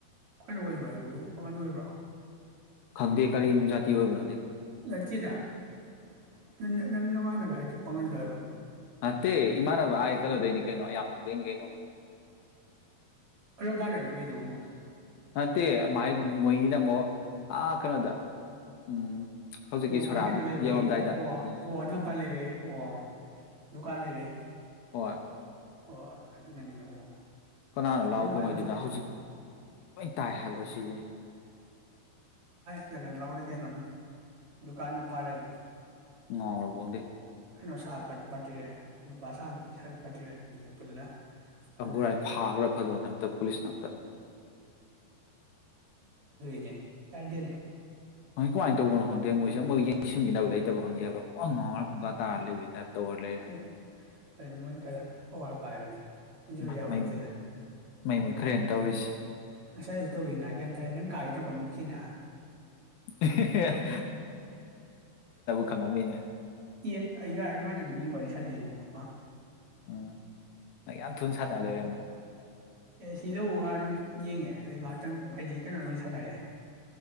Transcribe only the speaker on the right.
ꯀꯩꯅ ꯑ‌ꯣꯏꯔꯤꯕ꯭ꯔ ꯑꯗꯨꯕꯨ ꯑꯣꯉꯅ ꯑꯣꯏꯕ꯭ꯔꯥ
ꯅꯠꯀꯦꯗ ꯅꯪ ꯅꯃꯥꯟꯅꯕ ꯍꯥꯏꯗꯣ ꯄꯪꯍꯜꯂꯣꯏꯕ
ꯑꯣꯕꯥꯅꯦꯔ ꯊꯣꯏꯗꯧꯕ
ꯑꯣ
ꯃꯣꯏ ꯀꯩꯅꯣ ꯂꯩꯕꯒꯤ
ꯑꯣ
ꯑꯣ ꯑꯗꯨ ꯃꯄꯥꯥꯟ
ꯂꯩꯕ ꯑꯩ ꯑꯣ ꯗꯨꯀꯥꯟ ꯂꯩꯕ
ꯍ ꯍꯣꯏ ꯑꯗꯨꯅꯅꯦ ꯑꯣ
ꯑꯗꯨꯝ
ꯄꯥꯏꯝ ꯊꯣꯛꯦ
ꯇꯔꯦ ꯂꯥꯎ ꯀꯩꯅꯣꯅ ꯗꯨꯀꯥꯟ ꯃ ꯄꯥꯔꯦꯗ
ꯀꯩꯅꯣ ꯁꯥ ꯀꯠ ꯄꯥꯠꯇꯦꯔꯦ ꯅꯨꯄꯥ ꯁꯥ ꯅꯨꯄꯤ ꯁꯥꯠ ꯄꯥꯠꯇꯦꯔꯦ ꯑꯅꯤꯅ ꯄꯨꯜꯂ ꯑꯗꯨꯅ
ꯌꯦ ꯆꯗꯅꯦ
ꯑꯦ ꯑꯗꯨꯗꯤ ꯃꯣꯏꯅ ꯈꯔ ꯄꯋꯥꯔ ꯄꯥꯏꯕꯅꯤ ꯏꯦꯟꯁꯤꯜꯂꯨ
ꯌꯥꯎꯍꯟꯗꯦꯗ
ꯎꯝ
ꯉꯁꯥꯏꯁꯨ ꯇꯧꯤꯅ ꯍꯥꯏ ꯀꯦ ꯍꯥꯏꯇꯥꯔꯦ ꯅꯪ ꯀꯥꯒꯦ ꯇꯧ ꯀꯃꯠꯀꯤꯅ
ꯏ ꯑꯩ ꯑꯗꯨ ꯀꯥꯟꯗꯅꯤ ꯃꯤ ꯋꯥꯔꯤ ꯁꯥꯟꯅꯩꯕ ꯑꯐ
ꯑꯦ ꯁꯤ ꯂꯧꯔꯒ ꯑꯗꯨꯝ ꯌꯦꯡꯉꯦ ꯑꯗꯩ ꯉꯥꯏꯍꯥꯛꯇꯪ ꯍꯥꯏꯗꯤ ꯀꯩꯅꯣ ꯂ ꯁꯥꯟꯅꯔꯦ